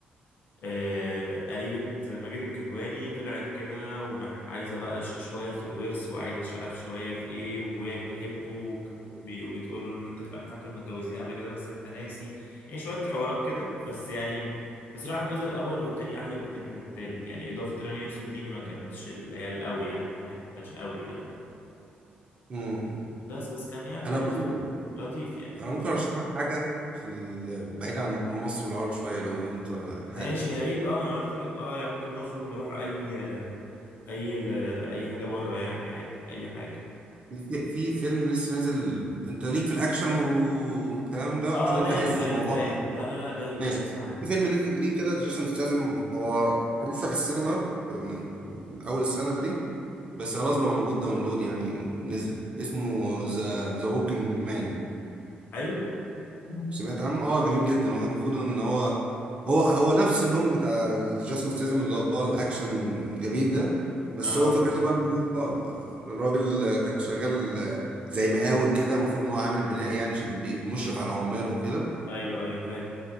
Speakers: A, on the left; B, on the right.
A: آه، قريبة ماجد الكدواني طلعت كده وعايزة بقى ش- شوية في الورث وعايزة مش عارف شوية في ايه وهي بتحبه وك- وبي- وبتقول له ان انت انا فاكر إنكم متجوزين قبل كده بس انت ناسي يعني شوية حوارات كده بس يعني بصراحة الجزء الأول والتاني أحلى بكتير من التالت يعني إضافة رانيا يوسف دي ما كانتش اللي هي القوي يعني فاهم ما كانتش قوي يعني لا
B: مم.
A: بس بس كان يعني
B: انا برضو
A: قشطة، لطيف يعني
B: انا ممكن ارشح لك حاجه في ال... بعيد عن المصري والعربي شويه لو انت
A: ماشي
B: حابب
A: يا ريت اه ما انا قلت لك اه يعني ممكن نخرج نروح اي اي اي حاجة بره يعني عادي اي حاجة
B: في في فيلم لسه نازل انت ليك في الاكشن والكلام ده
A: اه
B: ولا
A: دايس
B: انت عايز
A: دايس
B: الموضوع
A: دايس لا لا لا دايس
B: ماشي
A: دايس معاك
B: في فيلم نازل جديد كده جيسون ستاثام هو لسه في السينما من من اول السنه دي بس خلاص بقى موجود داونلود يعني نزل اسمه ذا ذا ووكينج مان
A: حلو <laughs> مم.
B: سمعت عنه اه جميل جدا هو المفروض ان هو هو هو نفس اللون بتاع جاسون ستيزم اللي هو الاكشن جميل ده بس
A: اه
B: هو فكرته بقى ان هو الراجل كان شغال زي مقاول كده المفروض ان هو عامل بناء يعني عشان بي- مشرف على عماله كده
A: ايوه ايوه فاهم